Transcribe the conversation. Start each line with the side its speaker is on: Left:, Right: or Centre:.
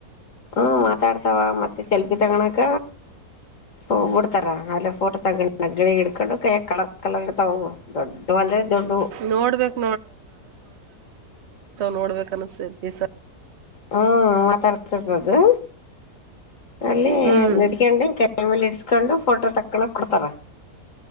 Left: ಹ್ಮ ಮಾತಾಡ್ತಾವ ಮತ್ತೆ ಸೆಲ್ಫಿ ತಗಣಕ ಹ್ ಬಿಡ್ತಾರಾ ಅಲ್ಲೇ ಫೋಟೋ ತಗೊಂಡ ಜಳಿ ಎಡ್ಕೊಂಡ ಕಲರ್ ಕಲರ್ತ ದೊಡ್ಡ ಬಂದ್ರೆ ದೊಡ್ಡು
Right: ನೋಡ್ಬೇಕ್ ನೋಡ್ಬೇಕ ಅನ್ಿಸ್ತದೆ ಈ
Left: ಹ್ಮ್ ಮಾತಾಡ್ತ ದು ಅಲ್ಲಿದ್
Right: ಹ್ಮ್
Left: ನಡ್ಕೊಂಡು ಕೆೇಲೆ ಇಡ್ಸ್ಕೊಂಡು ಫೋಟೋ ತಕ್ಕಳಕ್ ಕೊಡ್ತಾರ